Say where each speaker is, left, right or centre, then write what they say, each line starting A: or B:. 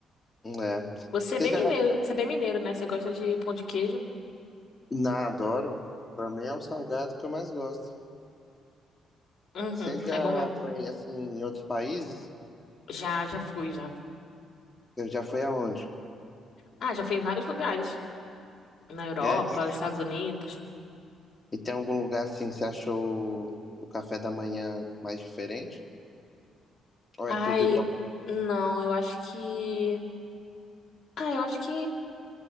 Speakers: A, on the left; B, on the left.
A: É.
B: Você
A: Você
B: é bem
A: já...
B: mineiro, você é bem mineiro, né? Você gosta de pão de queijo?
A: Na, adoro. Pra mim é o salgado que eu mais gosto.
B: Uhum,
A: Você já
B: é bom mesmo.
A: foi, assim, em outros países?
B: Já, já fui, já.
A: Você já foi aonde?
B: Ah, já fui em vários lugares. Na Europa,
A: É? E
B: nos Estados Unidos.
A: e tem algum lugar assim que você achou o café da manhã mais diferente? Ou
B: Ai,
A: é tudo igual?
B: não, eu acho que. Ah, eu acho que